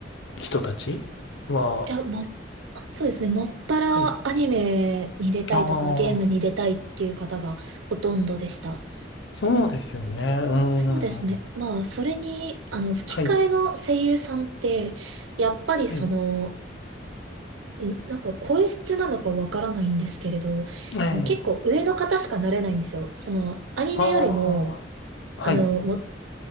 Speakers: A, on the left; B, on the right.
A: 人たちは、
B: いや、もう、そうですね。もっぱらアニメに出たいとか、
A: はい。ああ、
B: ゲームに出たいっていう方がほとんどでした。
A: そうですよね。うーん。
B: そうですね。まあ、それに、あの、吹き替えの声優さんって、
A: はい、
B: やっぱりその、
A: はい。
B: んなんか声質なのかわからないんですけれど、
A: ええ。
B: その結構上の方しかなれないんですよ。その、アニメよりも、
A: ああ、
B: あの、
A: はい。
B: も、